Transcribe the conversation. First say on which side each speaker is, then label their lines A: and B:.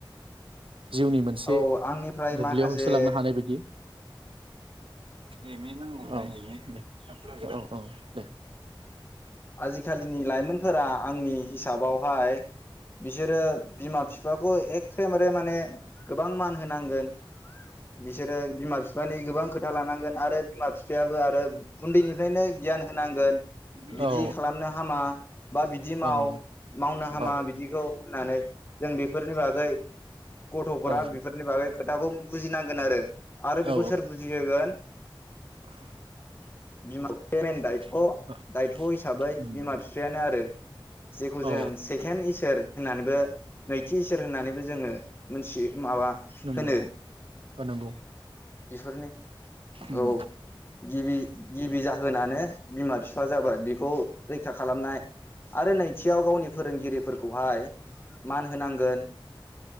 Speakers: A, on the right; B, on the left.
A: जिउनि मोनसे
B: औ आंनिफ्राय
A: दुब्लियाव
B: माखासे
A: होसोलांनो हानाय बायदि एमि औ औ औ दे।
B: आजिखालिनि लाइमोनफोरा आंनि हिसाबावहाय बिसोरो बिमा बिफाखौ एखेबारे माने गोबां मान होनांगोन बिसोरो बिमा -बिफानि गोबां खोथा <unintelligible> नांगोन आरो बिमा बिफायाबो आरो उन्दैनिफ्रायनो गियान होनांगोन।
A: औ
B: बिदि
A: औ
B: खालामनो हामा बा बिदि माव
A: औ
B: मावनो हामा
A: औ
B: बिदिखौ होननानै जों बेफोरनि बागै गथ'फोरा
A: औ
B: बेफोरनि बागै खोथाखौ बुजिनांगोन आरो आरो
A: औ
B: बेखौ सोर बुजिहोगोन <unintelligible>
A: <unintelligible>
B: <unintelligible>
A: <unintelligible>
B: दायथ' हिसाबै
A: उम
B: बिमा बिफायानो आरो <unintelligible> जेखौ
A: औ
B: जों सेकेणड इसोर होननानैबो नैथि इसोर होननानैबो जोंङो मोनथियो। माबा
A: नंगौ
B: होनो
A: औ नंगौ
B: बिफोरनि
A: उम
B: औ गिबि गिबि जा होनानो बिमा <unintelligible> जाबाय बिखौ रैखा खालामनाय आरो नैथियाव गावनि फोरोंगिरिफोरखौहाय मान होनांगोन।